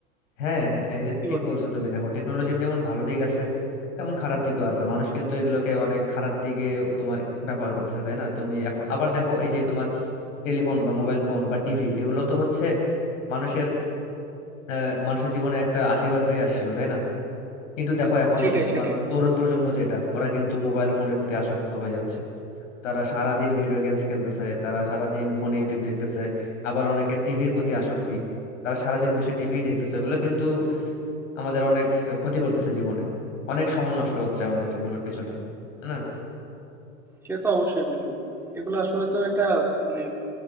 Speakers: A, on the left (about 65°); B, in the centre.
A: হ্যাঁ হ্যাঁ এটা
B: কি
A: ঠিক
B: বলো
A: বলছো তুমি দেখো টেকনোলজির যেমন ভালো দিক আছে তেমন খারাপ দিকও আছে মানুষ কিন্তু এগুলোকে অনেক খারাপ দিকে তোমার ব্যবহার করতেছে তাই না তুমি এখন আবার দেখো এই যে তোমার টেলিফোন বা মোবাইল ফোন বা টিভি এগুলো তো হচ্ছে মানুষের আহ, মানুষের জীবনে একটা আশীর্বাদ হয়ে আসছিল তাই না কিন্তু দেখো এখন
B: সেটাই
A: তোমার
B: সেটাই
A: তরুণ প্রজন্ম যেটা ওরা কিন্তু মোবাইল ফোনের প্রতি আসক্ত হয়ে যাচ্ছে তারা সারাদিন ভিডিও গেমস খেলতেছে তারা সারাদিন ফোনে ইউটিউব দেখতেছে আবার অনেকে টিভির প্রতি আসক্তি তারা সারাদিন বসে টিভি দেখতেছে এগুলো কিন্তু আমাদের অনেক ক্ষতি করতেছে জীবনে অনেক সময় নষ্ট হচ্ছে আমাদের এগুলোর পিছনে তাই না
B: সে তো অবশ্যই বন্ধু এগুলো আসলে তো একটা মানে